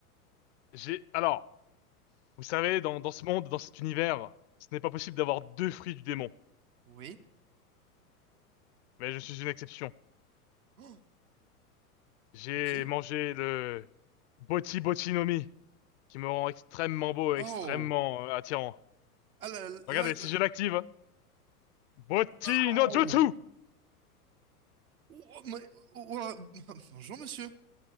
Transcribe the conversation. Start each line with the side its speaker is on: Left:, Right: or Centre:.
Left: j'ai... Alors, vous savez, dans, dans ce monde, dans cet univers, ce n'est pas possible d'avoir deux fruits du démon.
Right: Oui?
Left: Mais je suis une exception.
Right: Oh,
Left: J'ai
Right: ok.
Left: mangé le Boti Boti no Mi, qui me rend extrêmement beau
Right: Oh!
Left: et extrêmement euh, attirant.
Right: Ah là là
Left: Regardez,
Right: là
Left: si
Right: là-
Left: je l'active, Boti
Right: Waouh!
Left: no Jutsu!
Right: Oh, mais- oh, oh, oh, <laughs> Bonjour, monsieur.